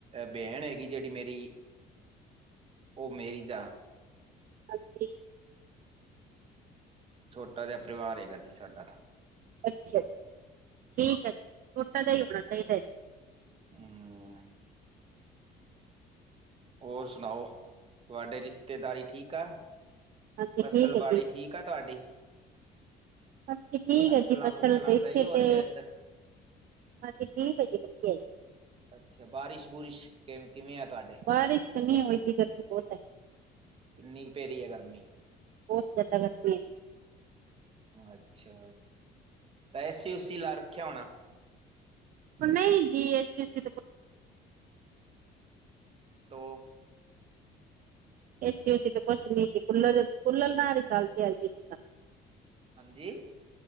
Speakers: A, on the right; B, on the right.
A: ਬੈਣ ਹੈਗੀ ਜਿਹੜੀ ਮੇਰੀ ਔਹ ਮੈਰਿਜ ਆ।
B: ਹਾਂਜੀ।
A: ਛੋਟਾ ਜਿਹਾ ਪਰਿਵਾਰ ਹੈਗਾ ਸੀ ਸਾਡਾ।
B: ਅੱਛਾ ਜੀ, ਠੀਕ ਹੈ ਜੀ ਛੋਟਾ ਜਹਾ ਹੀ ਹੋਣਾ ਚਾਹੀਦਾ ਜੀ।
A: ਹਮ ਹੋਰ ਸੁਣਾਓ? ਤੁਹਾਡੇ ਰਿਸ਼ਤੇਦਾਰੀ ਠੀਕ ਆ,
B: ਹਾਂਜੀ
A: ਫਸਲਬੜੀ
B: ਹੈ ਜੀ
A: ਠੀਕ ਠੀਕ ਆ ਤੁਹਾਡੀ।
B: ਹਾਂਜੀ ਠੀਕ
A: ਫਸਲਾਂ
B: ਹੈ ਜੀ, ਫਸਲ
A: ਫੁਸਲਾਂ
B: ਇੱਥੇ
A: ਸਹੀ ਹੋ
B: ਤੇ
A: ਰਹੀ ਹੈ ਇੱਧਰ?
B: ਹਾਂਜੀ ਠੀਕ ਹੈ ਜੀ, ਵਧੀਆ ਜੀ।
A: ਅੱਛਾ, ਬਾਰਿਸ਼-ਬੁਰਿਸ਼ ਕਿਵੇਂ ਆ ਤੁਹਾਡੇ।
B: ਬਾਰਿਸ਼ ਨਹੀਂ ਹੈ ਜੀ, ਗਰਮੀ ਬਹੁਤ ਹੈ।
A: ਕਿੰਨੀ ਕੁ ਪੇਰੀ ਹੈ ਗਰਮੀ?
B: ਬਹੁਤ ਜਾਂਦਾ ਗਰਮੀ ਹੈ ਜੀ।
A: ਅੱਛਾ, ਤਾਂ ਐਸੀ ਉਸੀ ਲਾ ਰੱਖਿਆ ਹੋਣਾ।
B: ਨਹੀਂ ਜੀ ਐਸੀ ਉਸੀ ਤੇ ਕੋ
A: ਤੋ
B: ਏਸੀ ਓਸੀ ਤੇ ਕੁਛ ਨੀ ਸੀ ਕੂਲਰ, ਕੂਲਰ ਨਾ ਰ' ਚੱਲਦੇ ਆਜੀ ਏਸੀ ਤਾਂ
A: ਹਾਂਜੀ।